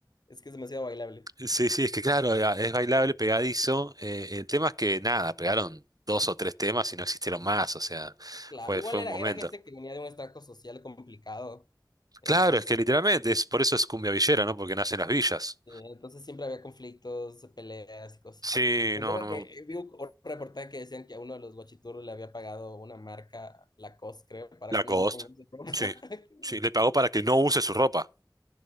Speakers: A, on the left; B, on the right.
A: es que es demasiado bailable.
B: sí, sí, es que claro, era- es bailable, pegadizo. eh, el tema es que nada, pegaron dos o tres temas y no existieron más, o sea,
A: Claro,
B: fue,
A: igual
B: fue
A: era,
B: un momento.
A: era gente que venía de un extracto social complicado. Entonces,
B: Claro, es que literalmente, es, por eso es cumbia villera, ¿no? Porque nace en las villas.
A: Sí, entonces siempre había conflictos, peleas y cosas
B: Sí,
A: así. Me
B: no,
A: acuerdo
B: no.
A: que eh, vi un un reportaje que decían que a uno de los guachiturros le había pagado una marca, Lacoste, creo, para
B: Lacoste.
A: que no se ponga su ropa.
B: Sí.
A: <laughs>
B: Sí, le pagó para que no use su ropa.